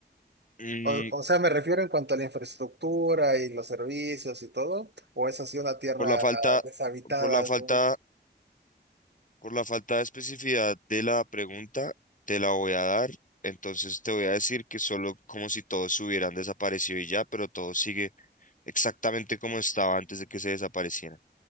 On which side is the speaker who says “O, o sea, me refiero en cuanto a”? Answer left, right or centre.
Right